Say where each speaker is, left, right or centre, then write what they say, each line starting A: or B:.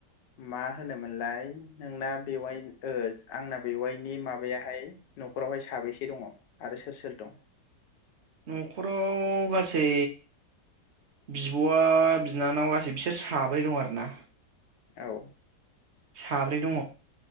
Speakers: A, on the left; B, on the right.
A: मा होनोमोनलाय नोंना बेवाय ओ आंना बेवाइनि माबायाहाय नखरावहाय साबैसे दङ आरो सोर सोर दं
B: नखराव गासै बिबआ बिनानावा गासै बिसोर साब्रै दं आरोना
A: औ
B: साब्रै दङ